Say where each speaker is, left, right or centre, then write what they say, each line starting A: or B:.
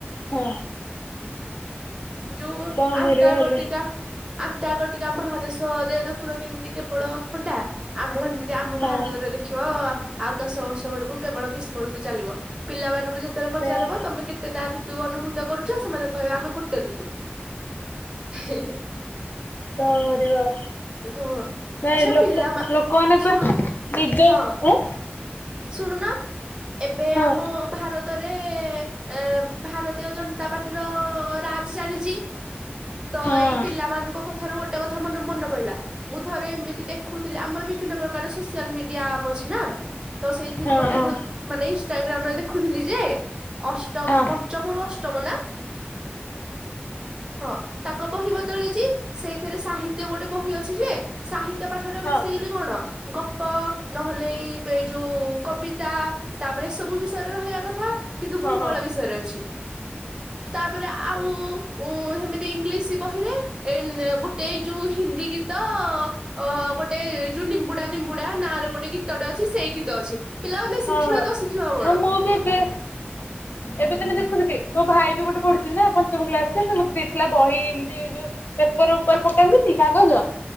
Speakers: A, on the left; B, on the right.
A: ହଁ
B: ଯୋଉ
A: କଣ
B: ଅଣ୍ଟାର୍କଟିକା
A: କରିବା ହେଲେ
B: ଅଣ୍ଟାର୍କଟିକା ମହାଦେଶ ଦେ ଦେଖୁଣ କେମିତି କେବଳ ଥଣ୍ଡା ଆମ ଏମିତି ଆମ
A: ହଁ
B: ଭାରତରେ ଦେଖିବ ଆଉ ଦଶ ବର୍ଷ ବେଳକୁ କେବଳ ଗ୍ରୀଷ୍ମ ଋତୁ ଚାଲିବ ପିଲାମାନଙ୍କୁ ଯେତ୍ କେତେବେଳେ ପଚାର
A: ସେୟା
B: ହବ ତମେ କେତେଟା ଋତୁ ଅନୁଭୂତ କରୁଛ ସେମାନେ କହିବେ ଆମେ ଗୋଟେ ଋତୁ ହେଁ ହେଁ।
A: କଣ କରିବା ଆଉ
B: ହଁ
A: ନାଇଁ
B: ଆଚ୍ଛା
A: ଲୋକ
B: ପିଲା ମା
A: ଲୋକମାନେ
B: ଶୁଣୁ
A: ପା ନିଜ
B: ହଁ।
A: ଆଁ
B: ଶୁଣୁନ ଏବେ
A: ହଁ
B: ଆମ ଭାର ରତରେ ଏ ଭାରତୀୟ ଜନତା ପାର୍ଟି ର ରାଜ ଚାଲିଛି। ତ
A: ହଁ
B: ଏଇ ପିଲାମାନଙ୍କ କଥାରୁ ଗୋଟେ କ ଥା ମ ମନେ ପଡିଲା ମୁଁ ଥରେ ଏମିତି ଦେଖୁଥିଲି ଆମର ବିଭିନ୍ନ ପ୍ରକାର ସୋସିଆଲ ମିଡିଆ ଆ ଅଛି ନା ତ ସେଇଥିରୁ
A: ହଁ
B: ଗୋଟେ
A: ହଁ
B: ମାନେ ଇନଷ୍ଟାଗ୍ରାମ ରେ ଦେଖୁଥିଲି ଯେ ଅଷ୍ଟମ
A: ହଁ
B: ପଞ୍ଚମରୁ ଅଷ୍ଟ ଷ୍ଟମ ନା ହଁ ତାଙ୍କ ବହି ବଦଳିଚି ସେଇଥିରେ ସାହିତ୍ୟ ଗୋଟେ ବହି ଅଛି ଯେ ସାହିତ୍ୟ ପାଠରେ
A: ହଁ
B: ବେଶିକାଲି କଣ ଗପ ନହେଲେ ଏଇ ଯୋଉ କବିତା ତାପରେ ଏ ସବୁ ବି ଷୟରେ ରହିବା କଥା କିନ୍ତୁ
A: ହଁ
B: ଭୂଗୋଳ ବିଷୟରେ ଅଛି। ତାପରେ ଆଉ ସେମିତି ଇଂଲିଶ ବହିରେ ଏ ଗୋଟେଇ ଏଇ ଯୋଉ ହିନ୍ଦୀ ଗୀତ ଅ ଗୋଟେ ଯୋଉ ନିମ୍ବୁଡା ନିମ୍ବୁଡା ନାଁରେ ଗୋଟେ ଗୀତଟେ ଅଛି ସେଇ ଗୀତ ଅଛି। ପିଲାମାନେ
A: ହଁ
B: ଶିଖିବେ ତ ଶିଖିବା କଣ
A: ହଁ ମୁଁ ବି ଏବେ ଏବେ ତ ି ମୋ ଭାଇ ବି ଗୋଟେ ପଢିିବି ନା ପଞ୍ଚମ କ୍ଲାସରେ ସେ ମତେ ଦେଇଥିଲା ବହି ଏମିତି ଯୋଉ ପେପର ଉପ ପନି କାଗଜ